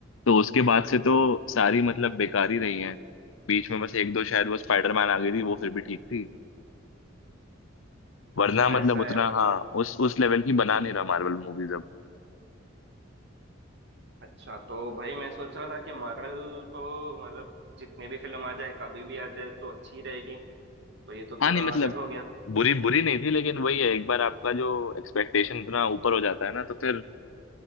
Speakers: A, on the left; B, on the right.
A: तो उसके बाद से तो सारी मतलब बेकार ही रही हैं बीच में बस एक दो शायद वो स्पाइडरमैन आ गई थी वो फिर भी ठीक थी
B: अच्छा
A: वरना मतलब
B: ऐसा
A: उतना
B: है मतलब
A: हाँ उस उस लेवल की बना नहीं रहा मार्वल मूवीज अब
B: अच्छा तो भाई मैं सोच रहा था कि मार्वल तो मतलब जितने भी फिल्म आ जाए कभी भी आ जाए तो अच्छी रहेगी तो ये तो
A: हाँ
B: थोड़ा
A: नहीं मतलब
B: अलग हो गया
A: बुरी बुरी नहीं थी लेकिन वही है एक बार आपका जो एक्सपेक्टेशन इतना ऊपर हो जाता है ना तो फिर